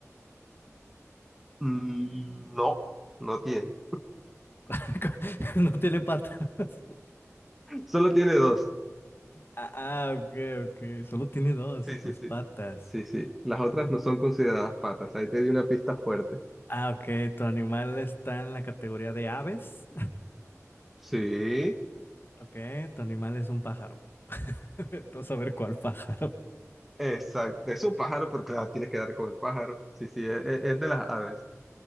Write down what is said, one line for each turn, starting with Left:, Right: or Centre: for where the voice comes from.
Centre: mm, no, no tiene.
Left: <laughs> No tiene patas. <laughs>
Centre: Solo tiene dos.
Left: Ah, ah, ok, ok. Solo tiene dos,
Centre: Sí, sí,
Left: dos
Centre: sí.
Left: patas.
Centre: Sí, sí. Las otras no son consideradas patas. Ahí te di una pista fuerte.
Left: Ah, ok. ¿Tu animal está en la categoría de aves?
Centre: Sí,
Left: <laughs> Ok, tu animal es un pájaro. <laughs> Tú saber cuál pájaro.
Centre: exacto. Es un pájaro, pero claro, tienes que dar con el pájaro. Sí, sí, es, es- es de las aves.